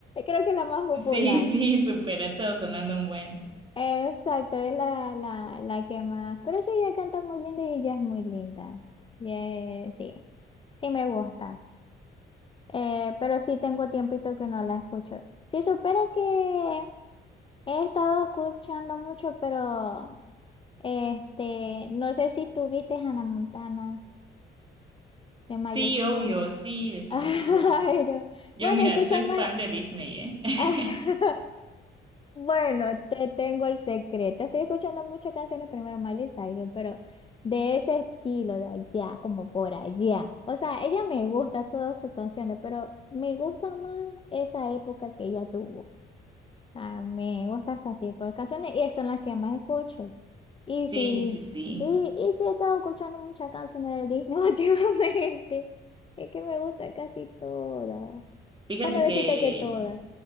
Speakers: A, on the left; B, on the right.
A: Creo que es la más popular.
B: Sí, sí, súper, ha estado sonando un buen.
A: Exacto, es la, la, la que más. Pero sí, ella canta muy linda y ella es muy linda. Y, eh, sí, sí me gusta. Eh, pero sí tengo tiempito que no la escucho. Sí, supera que he estado escuchando mucho, pero este, no sé si tuviste Hannah Montana de Miley
B: Sí,
A: Cyrus.
B: obvio, sí, definitivo.
A: <laughs> Ay, no.
B: Yo,
A: Bueno,
B: mira,
A: escucho
B: soy
A: más.
B: fan de Disney, ¿eh? <laughs>
A: <laughs> Bueno, te tengo el secreto. Estoy escuchando muchas canciones, primero Miley Cyrus, pero de ese estilo, de allá, como por allá. O sea, ella me gusta todas sus canciones, pero me gusta más esa época que ella tuvo. Ah, me gusta ese tipo de canciones y son las que más escucho. Y sí,
B: Sí, sí, sí.
A: y, y sí he estado escuchando muchas canciones de Disney <laughs> últimamente. Es que me gusta casi todas.
B: Fíjate
A: Bueno, decirte
B: que
A: que todas.